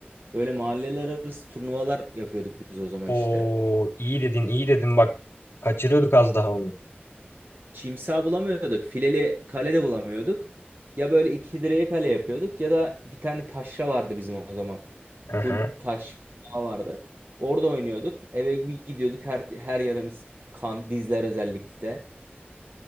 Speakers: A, on the right; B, on the left.
A: böyle mahalleler arası turnuvalar yapıyorduk biz o zaman
B: O
A: işte.
B: iyi dedin iyi dedin bak kaçırıyorduk az daha onu.
A: Çimsa bulamıyorduk. Fileli kale de bulamıyorduk. Ya böyle iki direğe kale yapıyorduk ya da bir tane taşra vardı bizim o zaman.
B: Hı
A: Full
B: hı
A: taş saha vardı. Orada oynuyorduk. Eve bir gidiyorduk. Her, her yarımız kan, dizler özellikle.